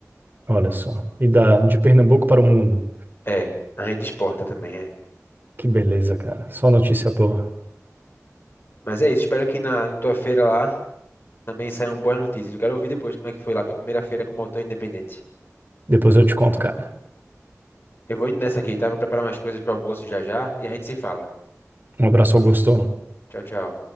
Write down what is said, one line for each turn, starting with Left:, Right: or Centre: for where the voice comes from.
Right: Olha só. E da, de Pernambuco para o mundo.
Left: É, a gente exporta também, é.
Right: Que beleza, cara. Só notícia boa.
Left: Mas é isso, espero que na, na tua feira lá. Também saíram boas notícias. Eu quero ouvir depois como é que foi lá tua primeira feira como autor independente.
Right: Depois eu te conto, cara.
Left: Eu vou indo nessa aqui, tá? Vou preparar umas coisas para almoço já já e a gente se fala.
Right: Um abraço, Augusto.
Left: Tchau, tchau.